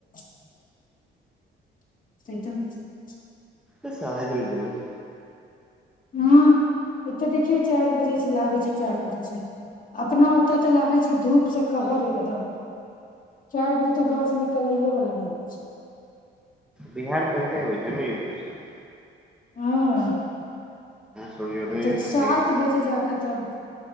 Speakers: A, on the left; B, in the centre.
A: <unintelligible>
B: बस आइ भरि जेबै
A: हँ एत्तऽ देखियौ चारि बजे लागै छै चारि बजे छै अपना ओतऽ तऽ लागै छै धूप सँ कहर एकदम चारि बजे तऽ घरसँ निकलैयो वला नहि होइ छै
B: बिहार पहिले होइ छै न यूपी सँ
A: हँ
B: सूर्योदय
A: एत्त तऽ
B: पहिले
A: सात
B: होइ
A: बजे जाकऽ तब